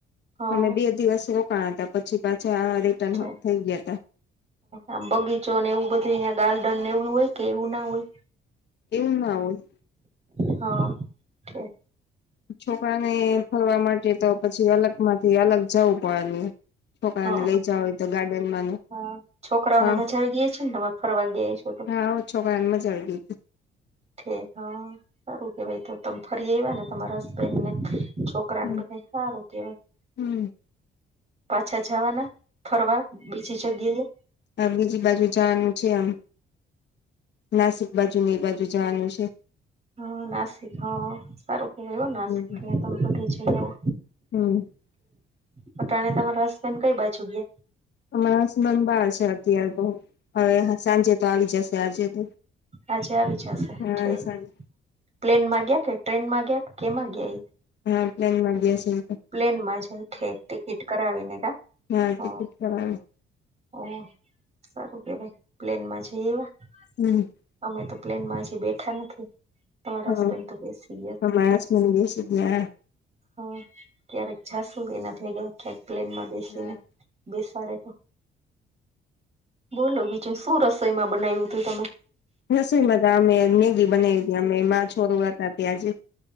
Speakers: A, on the right; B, on the left.
A: હા
B: અમે બે દિવસ રોક <unintelligible> તો પછી પાછા રિટર્ન
A: છે
B: થઈ ગયા અતા.
A: આમ બગીચો ને એવું બધુ અયા ગાર્ડન ને એવું એવું ઓય કે એવુ ના હોય.
B: એવુ ના ઓઈ,
A: હ ઓક
B: છોકરાને ફરવા માટે તો પછી અલગ માંથી અલગ જવું પડે. છોકરાને
A: હ
B: લઈ જવા હોય તો ગાર્ડન માં
A: હા છોકરાઓને
B: હા
A: મજા આવી ગેઈ છે ને તમે ફરવા ગેય, <inaudible>
B: હા છોકરાને મજા આવી ગેઈ તો.
A: હ સારું કેવાય તો તમે ફરી આયવાને તમારા હસબન્ડ ને છોક છોકરા
B: હમ
A: ને બધા સારું કેવાય,
B: હમ
A: પાછા જાવાના? ફરવા બીજી જગ્યાએ.
B: આમ બીજી બાજુ જવાનું છે, આમ નાસિક બાજુ ને એબાજુ જવાનું છે.
A: હ નાસિક હ સારું કેવાય, નાસિક
B: હમ
A: ને તમે બધે જય આવો.
B: <unintelligible>
A: <unintelligible> તમારા હસબેંડ કઈ બાજુ ગ્યા.
B: અમારા હસબન્ બાર છે અત્યારે તો, અવે સાંજે તો આવી જશે આજે તો.
A: આજે આવી જશે,
B: હા
A: ઠીક
B: સાંજે
A: પ્લેનમાં ગ્યા કે ટ્રેનમાં ગ્યા કે કેમા ગ્યા એ,
B: હા <unintelligible> ગ્યા છે, એતો
A: પ્લેનમાં છે ઠીક ટિકિટ કરાવીને હ.
B: હા ટિકિટ
A: <unintelligible>
B: કરાવી
A: <unintelligible> સારું કેવાય પ્લેનમા જઈ આયવા.
B: <unintelligible>
A: અમે તો પ્લેનમાં અજી બેઠા નથી. તમારા
B: હા
A: હસબેન્ડ તો બેસી
B: અમારા હસબન્ડ બેસી ગ્યા એમ.
A: હા ક્યારેક જાશુ એના ભેગા ક્યાંક પ્લેનમાં બેસીને.
B: હા
A: બેસાડે તો, બોલો બીજુ શું રસોઈમાં બનાયવુ તુ તમે,
B: રસોઈમાં અતા અમે મેગી બનાવી અતી અમે મારા છોરો હતા ત્યા આજે.